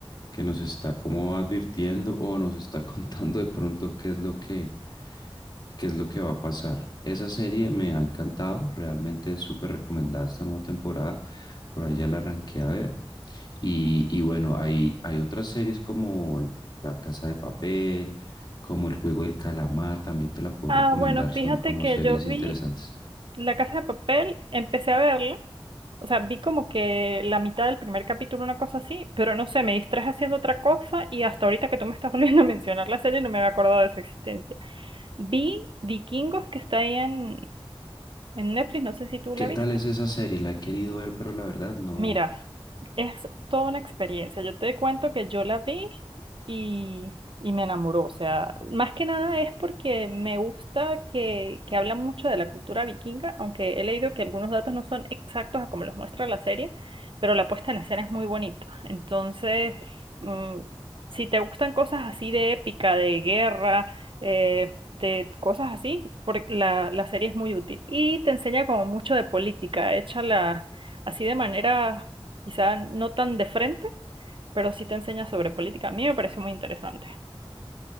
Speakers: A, on the left (about 45°); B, on the right (about 60°).
A: que nos está como advirtiendo o nos está <laughs> contando de pronto qué es lo que, qué es lo que va a pasar. Esa serie me ha encantado, realmente es súper recomendada esta nueva temporada. Por ahí ya la arranqué a ver. Y, y bueno, hay, hay otras series como La Casa de Papel, como El Juego del Calamar, también te la puedo
B: Ah,
A: recomendar,
B: bueno, fíjate
A: son como
B: que
A: series
B: yo vi
A: interesantes.
B: La Casa de Papel, empecé a verla, o sea, vi como que la mitad del primer capítulo, una cosa así, pero no sé, me distraje haciendo otra cosa y hasta ahorita que tú me estás <laughs> volviendo a mencionar la serie no me había acordado de su existencia. Vi Vikingos que está ahí en, en Netflix, no sé si tú la
A: ¿Qué
B: viste.
A: tal es esa serie? La he querido ver, pero la verdad no.
B: Mira, Es toda una experiencia. Yo te cuento que yo la vi y, y me enamoró. O sea, más que nada es porque me gusta que, que habla mucho de la cultura vikinga, aunque he leído que algunos datos no son exactos a como los muestra la serie, pero la puesta en escena es muy bonita. Entonces, mm, si te gustan cosas así de épica, de guerra, eh, de cosas así, porque la, la serie es muy útil. Y te enseña como mucho de política, échala así de manera Quizá no tan de frente, pero sí te enseña sobre política. A mí me pareció muy interesante.